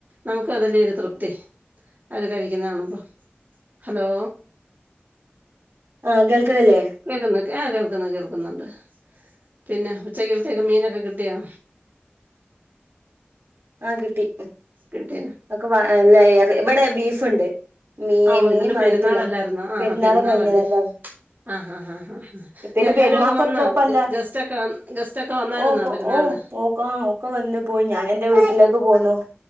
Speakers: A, on the right; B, on the right.
A: നമുക്ക് അതിലൊരു തൃപ്തി അവര് കഴിക്കുന്ന കാണുമ്പോ ഹലോ
B: ആഹ് കേൾക്കുന്നില്ലേ
A: കേൾക്കുന്നു ആഹ് കേൾക്കുന്നു കേൾക്കുന്നുണ്ട് പിന്നെ ഉച്ചക്കിലത്തിക്കെ മീനൊക്കെ കിട്ടിയോ?
B: ആഹ് കിട്ടി
A: കിട്ടിയ
B: അതൊക്കെ ഇവിടെ ബീഫുണ്ട്. മീ
A: ആഹ്
B: മീൻ
A: ഇന്നലെ
B: വാങ്ങിട്ടില്ല
A: പെരുന്നാളല്ലായിരുന്നാ ആഹ്
B: പെരുന്നാള്
A: പെരുന്നാളല്ലേ
B: കഴിഞ്ഞതല്ലേ
A: ആഹ് ആഹ് ആഹ്
B: പിന്നെ
A: എല്ലാരൊക്കെ
B: പെരുന്നാക്കൊക്കെ
A: വന്നാ
B: ഇപ്പല്ല
A: ഗസ്റ്റൊക്കെ ഗസ്റ്റൊക്കെ വന്നായിരുന്നോ
B: ഓ ഓ
A: പെരുന്നാളിന്
B: ഓ പ്പാ ഒക്കെ വന്ന് പോയി ഞാൻ എന്റെ വീട്ടിലേക്ക് പോന്നു